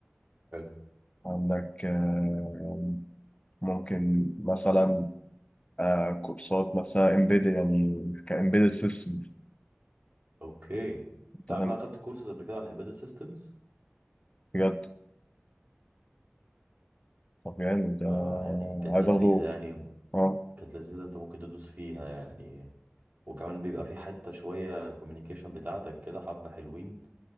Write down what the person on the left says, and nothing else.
عندك آه، ممكن مثلا آه، كورسات نفسها امبيد يعني كامبيدد سيستم
انت
فاهم
بجد طب يعني ده
عايز
اخده
اه